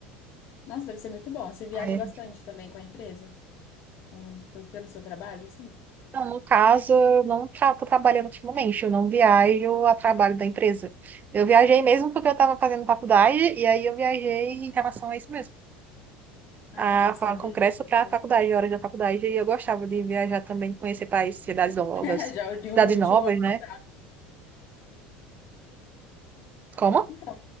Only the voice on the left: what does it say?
Nossa, deve ser muito bom. Você viaja
bastante
também com a empresa? Com, pe- pelo seu trabalho, assim?
Ai,
deve ser
uma
delícia também.
<laughs>
Já uniu
o útil
ao
agradável.
Então,